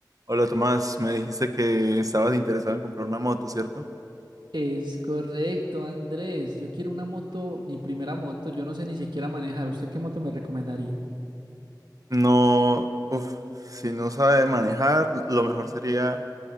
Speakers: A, on the right; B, on the right.
A: Hola Tomás, me dijiste que estabas interesado en comprar una moto, ¿cierto?
B: Es correcto, Andrés. Yo quiero una moto, mi primera moto. Yo no sé ni siquiera manejar. ¿Usted qué moto me recomendaría?
A: No, uf, si no sabe manejar, lo mejor sería,